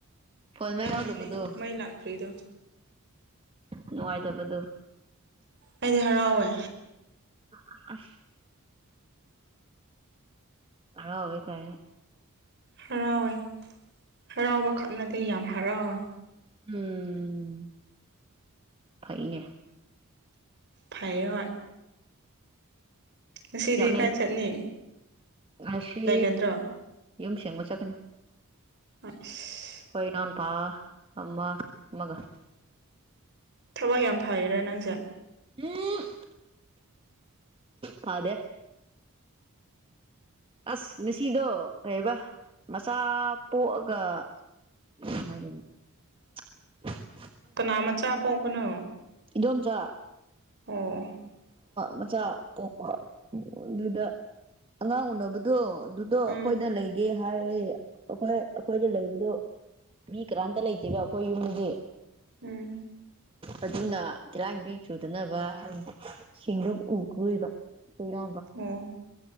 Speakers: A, on the right; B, on the right.
A: ꯐꯣꯟ ꯃꯩ
B: ꯅꯪꯅꯅꯦ
A: ꯌꯥꯎꯗꯕꯗꯣ
B: ꯃꯩ ꯂꯥꯛꯇ꯭ꯔꯤꯗꯣ
A: ꯅꯨꯡꯉꯥꯏꯇꯕꯗꯣ
B: ꯑꯩꯗꯤ ꯍꯔꯥꯎꯋꯦ
A: ꯑ ꯑꯁ ꯍꯔꯥꯑꯣꯏ ꯀꯥꯏꯅꯥ
B: ꯍꯔꯥꯎꯋꯦ ꯍꯔꯥꯎꯕ ꯈꯛꯅꯠꯇꯦ ꯌꯥꯝ ꯍꯔꯥꯎꯋꯦ
A: ꯎꯝ ꯐꯩꯅꯦ
B: ꯐꯩ ꯍꯣꯏ ꯉꯁꯤꯗꯤ
A: ꯌꯥꯝꯃꯦꯟ
B: ꯀꯥꯏ ꯆꯠꯅꯤ
A: ꯉꯁꯤ
B: ꯂꯩꯒꯗ꯭ꯔꯣ
A: ꯌꯨꯝ ꯁꯦꯡꯕ ꯆꯠꯀꯅꯤ
B: ꯏꯁ
A: ꯈꯣꯏ ꯏꯅꯥꯑꯣꯄꯥ ꯑꯃꯥ ꯑꯃꯒ
B: ꯊꯋꯥꯏ ꯌꯥꯝ ꯐꯩꯔꯥ ꯅꯪꯁꯦ
A: ꯎꯝ ꯐꯥꯗꯦ ꯑꯁ ꯉꯁꯤꯗꯣ ꯀꯩꯕ ꯃꯆꯥ ꯄꯣꯛꯑꯒ <inaudible> <inaudible>
B: ꯀꯅꯥ ꯃꯆꯥ ꯄꯣꯛꯄꯅꯣ
A: ꯏꯗꯣꯝꯆꯥ
B: ꯎꯝ
A: ꯃꯆꯥ ꯄꯣꯛꯄ ꯑꯗꯨꯗ ꯑꯉꯥꯡ ꯎꯅꯕꯗꯣ ꯑꯗꯨ ꯑꯗꯣ
B: ꯎꯝ
A: ꯑꯩꯈꯣꯏꯗ ꯂꯩꯒꯦ ꯍꯥꯏꯔꯗꯤ ꯑꯩꯈꯣꯏ ꯑꯩꯈꯣꯏꯗ ꯂꯩꯕꯗꯣ ꯃꯤ ꯀꯅꯥꯝꯇ ꯂꯩꯇꯦꯕ ꯑꯩꯈꯣꯏ ꯌꯨꯝꯗꯗꯤ
B: ꯎꯝ
A: ꯑꯗꯨꯅ ꯇꯤꯂꯥꯡꯕꯤ ꯆꯨꯗꯅꯕ ꯁꯤꯡꯗꯣꯛ ꯎꯒꯣꯏꯕ ꯀꯣꯏꯔꯣ
B: ꯑꯣ